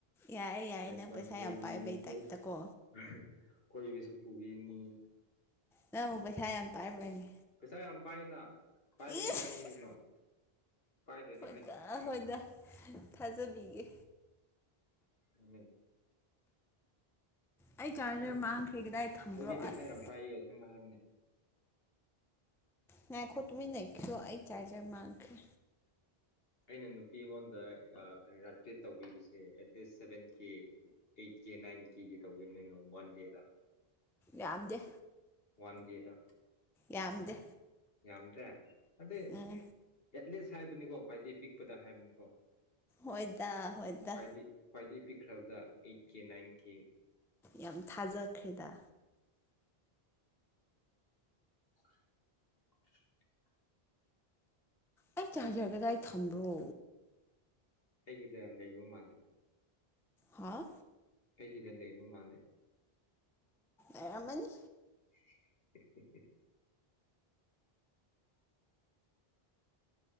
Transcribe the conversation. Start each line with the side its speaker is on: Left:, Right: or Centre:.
Centre: ꯌꯥꯏꯦ ꯌꯥꯏꯌꯦ
Left: ꯑꯥꯏꯐꯣꯟꯁꯨ
Centre: ꯅꯪ ꯄꯩꯁꯥ
Left: ꯂꯩꯕꯤꯅꯤ
Centre: ꯌꯥꯝ ꯄꯥꯏꯕꯩ
Left: ꯀꯣꯏ-
Centre: ꯇꯥꯏꯞꯇ ꯀꯣ
Left: <unintelligible> ꯀꯣꯏꯕꯁꯨ ꯄꯨꯕꯤꯅꯤ꯫
Centre: ꯅꯪꯕꯨ ꯄꯩꯁꯥ ꯌꯥꯝ ꯄꯥꯏꯕ꯭ꯔꯅꯦ꯫
Left: ꯄꯩꯁꯥ ꯌꯥꯝ ꯄꯥꯏꯅ ꯄꯥꯏꯔꯤ
Centre: ꯏꯁ
Left: ꯍꯥꯏꯕꯅꯤꯃꯣ ꯄꯥꯏꯗꯗꯤ
Centre: ꯍꯣꯏꯗ ꯍꯣꯏꯗ ꯊꯥꯖꯕꯤꯒꯦ꯫
Left: ꯎꯝ꯫
Centre: ꯑꯩ ꯆꯥꯔꯖꯔ
Left: ꯄꯩꯁꯥ ꯌꯥꯝ
Centre: ꯃꯥꯡꯈ꯭ꯔꯦ
Left: ꯑꯩꯈꯣꯗꯤ
Centre: ꯀꯗꯥꯏ ꯊꯝꯕ꯭ꯔꯣ
Left: ꯄꯩꯁꯥ
Centre: ꯑꯁ
Left: ꯌꯥꯝ ꯄꯥꯏꯌꯦ ꯑꯁꯦꯡꯕ ꯍꯥꯏꯕꯅꯦ꯫
Centre: ꯉꯥꯢꯈꯣ ꯇꯨꯝꯃꯤ ꯂꯩꯈ꯭ꯔꯣ ꯑꯩ ꯆꯥꯖꯔ ꯃꯥꯡꯈ꯭ꯔꯦ꯫
Left: ꯑꯩꯅ ꯅꯨꯄꯤ ꯑꯩꯉꯣꯟꯗ ꯀꯔꯤꯔꯥ ꯇ꯭ꯔꯤꯠ ꯇꯧꯕꯤꯕꯁꯦ ꯑꯦꯠ ꯗꯦꯠ ꯁꯚꯦꯟ ꯀ ꯑꯩꯠ ꯀꯦ ꯅꯥꯏꯟ ꯀꯦꯒꯤ ꯇꯧꯕꯤꯕꯅꯤ ꯅꯣꯡ ꯋꯥꯟ ꯗꯦꯗ
Centre: ꯌꯥꯝꯗꯦ꯫
Left: ꯋꯥꯟꯗꯗ
Centre: ꯌꯥꯝꯗꯦ꯫
Left: ꯌꯥꯝꯗ꯭ꯔꯦ ꯑꯗꯩ
Centre: ꯎꯝ
Left: ꯑꯦꯠꯂꯤꯁ ꯍꯥꯏꯕꯅꯤꯀꯣ ꯈ꯭ꯋꯥꯏꯗꯒꯤꯩ ꯄꯤꯛꯄꯗ ꯍꯥꯏꯕꯅꯤꯀꯣ
Centre: ꯍꯣꯏꯗ ꯍꯣꯏꯗ
Left: ꯈ꯭ꯋꯥꯏꯗꯒꯤ ꯈ꯭ꯋꯥꯏꯗꯒꯤ ꯄꯤꯛꯈ꯭ꯔꯕꯗ ꯑꯩꯠ ꯀꯦ ꯅꯥꯏꯟ ꯀꯦ
Centre: ꯌꯥꯝ ꯊꯥꯖꯈ꯭ꯔꯦꯗ
Left: <unintelligible>
Centre: ꯑꯩ ꯆꯖꯒꯦꯗ ꯑꯩ ꯊꯝꯕ꯭ꯔꯣ
Left: ꯑꯩꯒꯤꯗ ꯂꯩꯕ ꯃꯥꯜꯂꯦ
Centre: ꯍꯥꯥ
Left: ꯀꯩꯒꯤꯗ ꯂꯩꯕ ꯃꯥꯜꯂꯦ
Centre: ꯑꯦꯔ ꯑꯃꯅꯤꯅꯤ
Left: ꯎ ꯎ ꯎꯝ